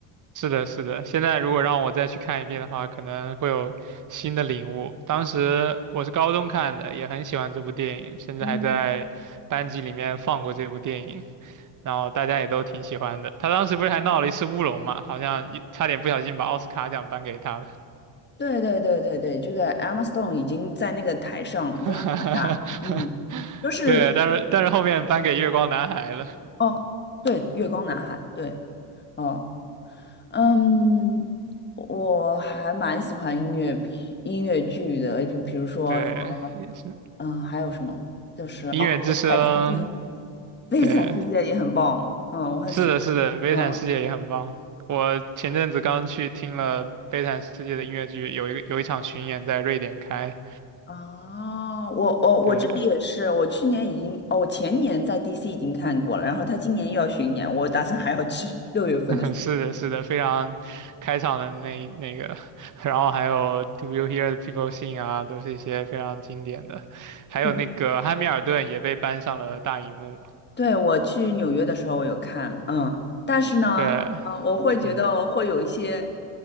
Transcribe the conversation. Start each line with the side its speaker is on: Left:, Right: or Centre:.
Right: 是的，是的。现在如果让我再去看一遍的话，可能会有新的领悟。当时我是高中看的，也很喜欢这部电影，甚至还在班级里面放过这部电影，
Left: 嗯。
Right: 然后大家也都挺喜欢的。他当时不是还闹了一次乌龙嘛，好像一差点不小心把奥斯卡奖颁给他了。
Left: 对对对对对，这个 Emma Stone 已经在那个台上了，就很尴尬。
Right: <laughs>
Left: 嗯，就是
Right: 对，但是但是后面颁给月光男孩了。
Left: 哦，对，《月光男孩》对哦，嗯，我还蛮喜欢音乐片音乐剧的，就比如说什么，
Right: 对，也是
Left: 嗯，还有什么就是哦，
Right: 音乐之声，
Left: 《悲惨世界》，《悲惨世界》也很棒，
Right: 对。
Left: 嗯，我很喜欢。
Right: 是的，是的，悲惨世界也很棒。
Left: 嗯。
Right: 我前阵子刚去听了悲惨世界的音乐剧，有一个有一场巡演在瑞典开。
Left: 哦，我哦，我这里也是，
Right: 对，
Left: 我去年已经，哦，我前年在 DC 已经看过了，然后他今年又要巡演，我打算还要去六月份的时候。
Right: <laughs> 是的，是的，非常开场的那那个，<laughs> 然后还有 Do You Hear the People Sing 啊，都是一些非常经典的。还有那个汉密尔顿也被搬上了大荧幕。
Left: 对，对，我去纽约的时候我有看，嗯，但是呢，
Right: 对，
Left: 呃，我会觉得会有一些，
Right: 嗯，